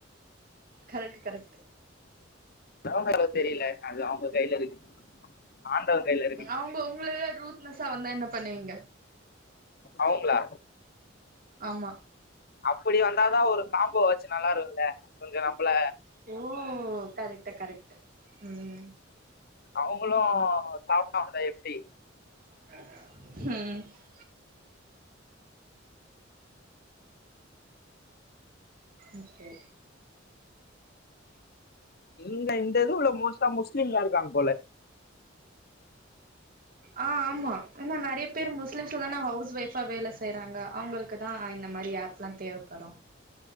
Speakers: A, on the right; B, on the left.
A: கரெக்ட்டு கரெக்ட்டு
B: அவுங்க அவு தெரில அது அவுங்க கைல இருக்கு ஆண்டவ கைல இருக்கு
A: அவுங்க உங்களதா ரூத் ன்னசா வந்தா என்ன பணணுவீங்க
B: அவுங்ளா
A: ஆமா
B: அப்புடி வந்தாதா ஒரு காம்போ வாச்சு நல்லாருக்குல்ல கொஞ்சோ நம்மள
A: ஓ கரெக்ட்டு கரெக்ட்டு ம்
B: அவுங்களு சாப்டாங்க எப்டி
A: ம் ஓகே
B: இல்ல இந்த இது உள்ள மோஸ்ட்டா முஸ்லீம் தா இருக்காங்க போல
A: ஆ ஆமா ஆனா நறையா பேர் முஸ்லிம்ஸ்ல தான ஹவுஸ் ஒய்ஃபா வேல செய்யறாங்க அவுங்களுக்கு தா இந்த மாரி ஏப் லாம் தேவப்படு